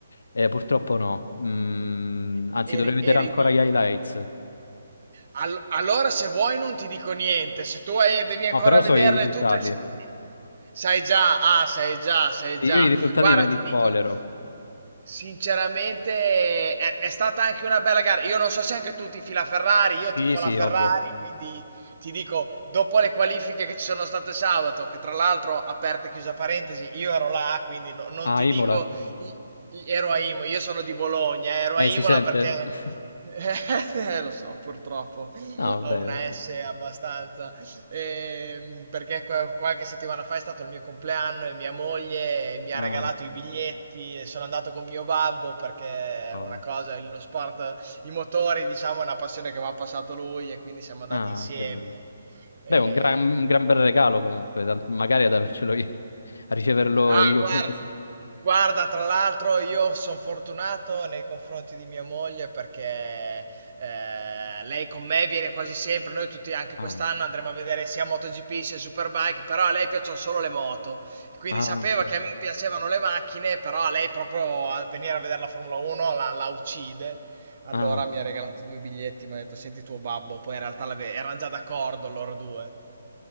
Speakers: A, on the left (about 70°); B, on the right (about 55°).
A: e purtroppo no. Mm,
B: E-
A: anzi, dovrei
B: Eri,
A: vedere
B: eri
A: ancora
B: lì.
A: gli highlights.
B: All- allora, se vuoi, non ti dico niente. Se tu hai- devi ancora
A: No, però
B: vederle
A: so i risultati.
B: tutte, s- sai già, ah, sai già, sai già.
A: Io i risultati
B: Guarda,
A: me li
B: ti
A: spoilero.
B: dico, sinceramente, è, è stata anche una bella gara. Io non so se anche tu tifi la Ferrari, io
A: Sì,
B: tifo
A: sì,
B: la Ferrari,
A: ovvio.
B: quindi ti dico, dopo le qualifiche che ci sono state sabato, che tra l'altro, aperta e chiusa parentesi, io ero là, quindi no- non
A: Ah,
B: ti
A: Imola.
B: dico. I- Ero a Imola, io sono di Bologna, eh, ero
A: Eh,
B: a Imola
A: si sente?
B: perché...
A: <laughs>
B: <laughs> Eh, lo so, purtroppo
A: No, vabbè,
B: ho una
A: perché...
B: S abbastanza. Ehm, perché qua- qualche settimana fa è stato il mio compleanno e mia moglie mi ha
A: ah.
B: regalato i biglietti e sono andato con mio babbo perché
A: Wow.
B: è una cosa, lo sport, i motori, diciamo, è una passione che mi ha passato lui e quindi siamo andati
A: Ah,
B: insieme.
A: che bello.
B: E
A: Beh, un gran, un gran bel regalo comunque, tant- magari ad avercelo io, <laughs> a riceverlo
B: Ah,
A: io.
B: guarda,
A: <laughs> non che si-
B: guarda, tra l'altro io sono fortunato nei confronti di mia moglie perché eh, lei con me viene quasi sempre, noi tutti anche
A: Ah,
B: quest'anno andremo a vedere sia MotoGP sia Superbike, però a lei piacciono solo le moto, quindi
A: ah,
B: sapeva
A: ok.
B: che a me piacevano le macchine, però a lei proprio a venire a vedere la Formula 1 la, la uccide. Allora
A: Ah,
B: mi ha regalato due biglietti, mi ha detto senti tuo babbo, poi in realtà l'ave- erano già d'accordo loro due.